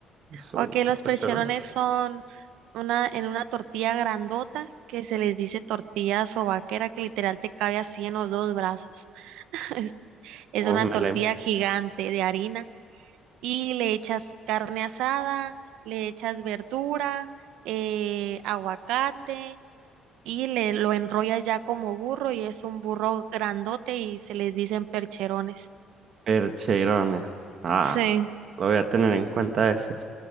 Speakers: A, on the right (about 40°); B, on the right (about 85°).
A: eso,
B: Ok,
A: eso
B: los
A: es percherón,
B: percherones son una, en una tortilla grandota que se les dice tortilla sobaquera que literal te cabe así en los dos brazos. <laughs> Es, es
A: o
B: una
A: melén,
B: tortilla gigante de harina y le echas carne asada, le echas verdura, eh, aguacate y le lo enrollas ya como burro y es un burro grandote y se les dicen percherones.
A: percherones. Ah,
B: Sí,
A: lo voy a tener en cuenta ese.